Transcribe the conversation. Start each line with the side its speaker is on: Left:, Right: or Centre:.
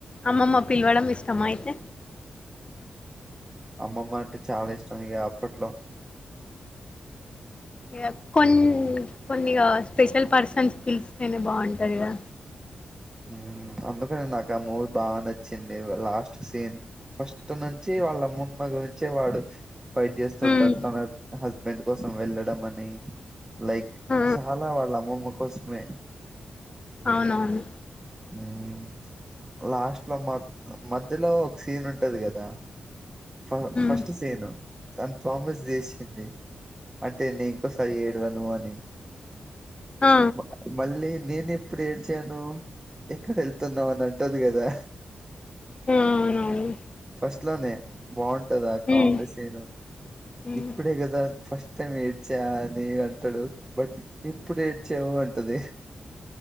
Left: అమ్మమ్మ పిలవడం ఇష్టమ అయితే
Right: అమ్మమ్మ అంటే చాలా ఇష్టం ఇక అప్పట్లో
Left: ఇగ కొన్ కొన్నిగా స్పెషల్ పర్సన్స్ పిలిస్తేనే బాగుంటాది కదా
Right: మ్ అందుకని నాకు ఆ మూవీ బాగా నచ్చింది, లాస్ట్ సీన్ ఫస్ట్ నుంచి వాళ్ళ ముమ్మ గురించే వాడు బైట్ చేస్తుంటాడు
Left: హ్మ్
Right: తన హస్బెండ్ కోసం వెళ్ళడం అని లైక్
Left: ఆ
Right: చాలా వాళ్ళ అమ్మమ్మకు కొస్మే
Left: అవునవును
Right: హ్మ్ లాస్ట్ లో మద్ మధ్యలో ఒక సీన్ ఉంటది కదా ఫ
Left: హ్మ్
Right: ఫస్ట్ సీను తను ప్రామిస్ చేసింది. అంటే నేను ఇంకోసారి ఏడవను అని
Left: ఆ
Right: మ మళ్ళీన్ నేను ఎప్పుడు ఏడ్చాను ఎక్కడ వెళ్తున్నాం అని అంటది కదా
Left: ఆ అవునవును
Right: ఫస్ట్ ఇట్లానే బాగుం టది. ఆ
Left: హ్మ్
Right: కామెడీ సీన్
Left: హ్మ్
Right: ఇప్పుడే కదా ఫస్ట్ టైం ఏడ్చా అని అంటాడు. బట్ ఇప్పుడు ఏడ్చావు అంటది.